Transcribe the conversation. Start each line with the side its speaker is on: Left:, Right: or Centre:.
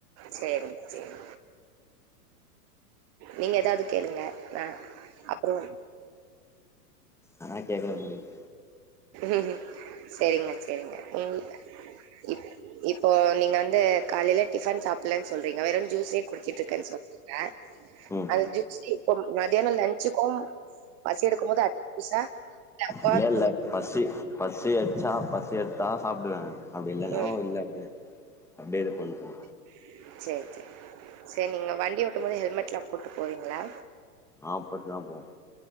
Right: சேரிங்க சேரி நீங்க ஏதாவது கேளுங்க ஆ அப்புறம்
Centre: ஆனா கேக்குற முடியும்
Right: ம் செரிங்க செரிங்க ம் இப் இப்போ நீங்க வந்து காலையில டிபன் சாப்பிலன் சொல்றீங்க வெறு ஜூஸே குடிச்சிட்டு இருக்கன் சொல்றீங்க
Centre: ம்
Right: அந்த ஜூஸ் இப்ப மதியாணம் லஞ்சுக்கு பசி எடுக்கு போது அ ஜூசா அப்பவாது
Centre: இல்ல இல்ல பசி பசி அச்சா ப பசி எடுத்தா சாப்டுவே அப்படி இல்லனா
Right: ம்
Centre: இல்ல அப்டியே அப்டியே இது பண்ற
Right: செரி செரி சரி நீங்க வண்டி ஓட்டும் போது ஹெல்மெட்லா போட்டு போவீங்களா
Centre: ஆ போட்டுதா போவோம்